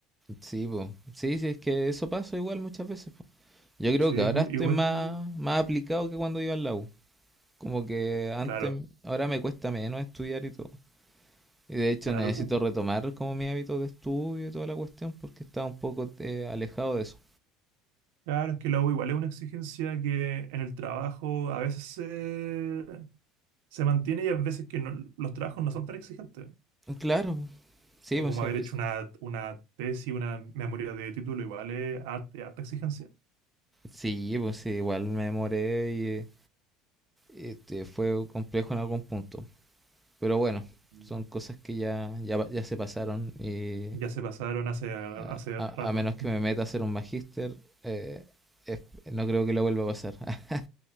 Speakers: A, in the centre; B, on the right.
A: Sí, pues. Sí, sí, es que eso pasa igual muchas veces, po. Yo creo
B: Sí,
A: que ahora
B: pues,
A: estoy
B: igual,
A: más, más aplicado que cuando iba al la U. Como que antes,
B: claro,
A: ahora me cuesta menos estudiar y todo. Y de hecho
B: claro.
A: necesito retomar como mi hábito de estudio y toda la cuestión porque estaba un poco eh, alejado de eso.
B: Claro, es que la U igual es una exigencia que en el trabajo a veces se, se mantiene y a veces que no- los trabajos no son tan exigentes.
A: Claro, sí,
B: O
A: pues
B: como
A: sí,
B: haber
A: pues,
B: hecho una, una tesis, una memoria de título, igual es arte- harta exigencia.
A: sí, pues, sí, igual me demoré y... eh, este, fue complejo en algún punto. Pero bueno,
B: Mm.
A: son cosas que ya, ya, ya se pasaron y
B: Ya se pasaron hace, hace
A: a, a-
B: rato,
A: a menos que me meta a hacer un magíster, eh, es- no creo que lo vuelva a pasar. <laughs>